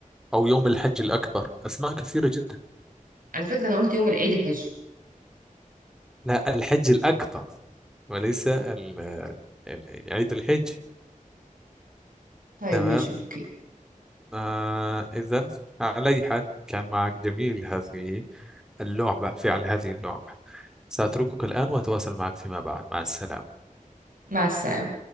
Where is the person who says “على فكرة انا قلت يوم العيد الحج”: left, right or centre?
Right